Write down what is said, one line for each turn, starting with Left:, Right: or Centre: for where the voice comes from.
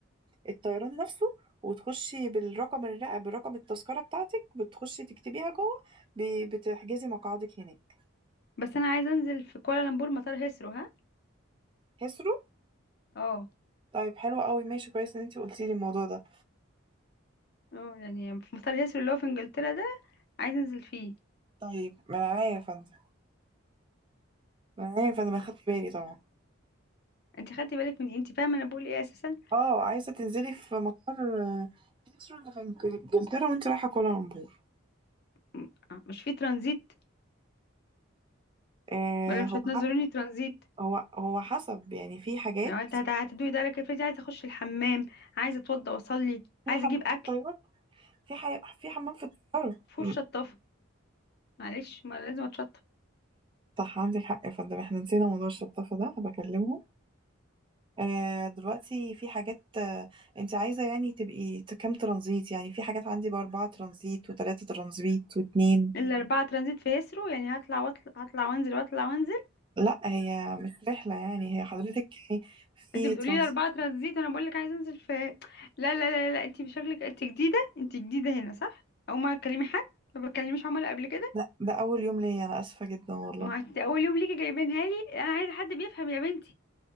Right: الطيران نفسه وتخشي بالرقم الرق برقم التذكرة بتاعتك بتخشي تكتبيها جوه ب- بتحجزي مقعدك هناك
Left: بس انا عايزه انزل في كوالالمبور مطار هيثرو ها
Right: كسروا
Left: اه
Right: طيب حلو قوي ماشي كويس ان انت قلتي لي الموضوع ده
Left: اه يعني في مطار هيثرو اللي هو في انجلترا ده عايزه انزل فيه
Right: طيب من عينيا يا فندم من عينيا يا فندم اخدت بالي طبعا
Left: انت خدتي بالك من إيه؟ انت فاهمه انا بقول ايه اساسا
Right: اه عايزة تنزلي في مطار آه، كسرو اللي في انجلترا وانت رايحة كوالالمبور
Left: م- آه، مش في ترانزيت
Right: آه
Left: ولا مش
Right: هو
Left: هتنزلوني ترانزيت
Right: هو هو حسب يعني في حاجات
Left: يعني انت هت- هتدوي ده لك افرضي عايزه اخش الحمام عايزه اتوضى واصلي
Right: في
Left: عايزه
Right: حمام
Left: اجيب اكل
Right: في الطيارة في حي... في حمام في الطيارة
Left: فوش
Right: م،
Left: شطافه معلش ما أنا لازم اتشطف
Right: صح عندك حق يا فندم احنا نسينا موضوع الشطافة ده بكلمهم آه دلوقتي في حاجات آه انت عايزة يعني تبقي ت- كام ترانزيت يعني في حاجات عندي بأربعة ترانزيت وتلاتة ترانزيت واتنين
Left: الا اربعه ترانزيت في هيثرو يعني هطلع واطلع هطلع وانزل واطلع وانزل
Right: لا هي مش رحلة يعني هي حضرتك يعني في
Left: انت بتقولي
Right: ترانزيت
Left: لي اربعه ترانزيت وانا بقول لك عايزه انزل في لا لا لا لا انت بشكلك انت جديده انت جديده هنا صح او ما تكلمي حد ما بتكلميش عملاء قبل كده
Right: لا ده أول يوم ليا أنا آسفة جدا والله
Left: ما انت اول يوم ليكي جايبينها لي انا عايزه حد بيفهم يا بنتي